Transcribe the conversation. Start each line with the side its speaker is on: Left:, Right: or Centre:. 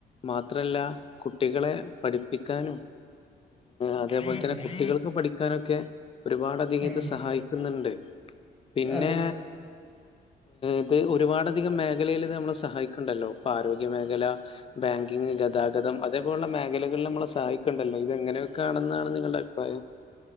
Left: മാത്രല്ല കുട്ടികളെ പഠിപ്പിക്കാനും അതേപോലെ
Centre: ഉം
Left: തന്നെ കുട്ടികൾക്ക് പഠിക്കാനൊക്കെ ഒരുപാട് അധിക
Centre: ഉം
Left: സഹായിക്കുന്നുണ്ട് പിന്നെ
Centre: അതെ
Left: ഇത് ഒരുപാട് അധികം മേഖലയിൽ നമ്മളെ സഹായിക്കന്നണ്ടല്ലോ, ഇപ്പൊ ആരോഗ്യമേഖല പിന്നെ ഗതാഗതം അ ലുള്ള മേഖലകളിൽ നമ്മളെ സഹായിക്കുണ്ടല്ലോ, ഇതെങ്ങനെയൊക്കെ ആണെന്നാണ് നിങ്ങളുടെ അഭിപ്രായം